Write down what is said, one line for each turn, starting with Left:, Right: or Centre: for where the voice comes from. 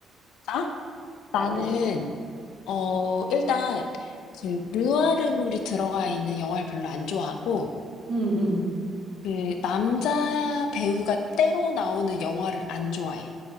Left: 나? 나는,
Right: 어
Left: 어, 일단, 그, 느와르물이 들어가 있는 영화를 별로 안 좋아하고,
Right: 응, 응.
Left: 그, 남자 배우가 때로 나오는 영화를 안 좋아해.